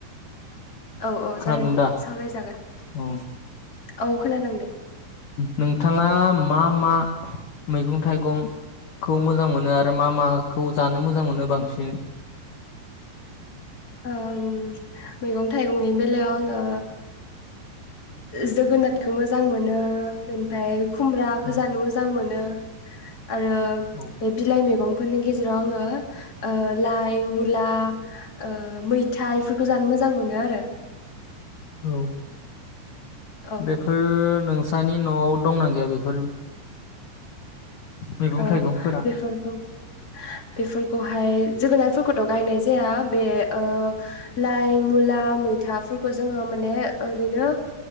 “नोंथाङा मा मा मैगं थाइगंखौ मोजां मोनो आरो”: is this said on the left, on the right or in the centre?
Left